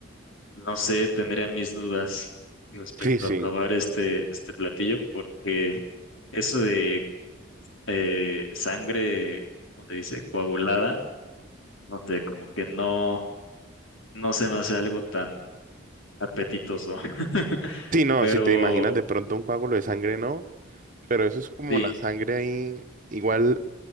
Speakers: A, on the left; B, on the right.
A: no sé, tendría mis dudas respecto
B: Sí, sí.
A: a probar este, este platillo, porque eso de eh, sangre, ¿cómo se dice? Coagulada, no sé, como que no, no se me hace algo tan apetitoso. <laughs>
B: Sí, no,
A: Pero
B: si te imaginas de pronto un coágulo de sangre, no, pero eso es como
A: sí,
B: la sangre ahí, igual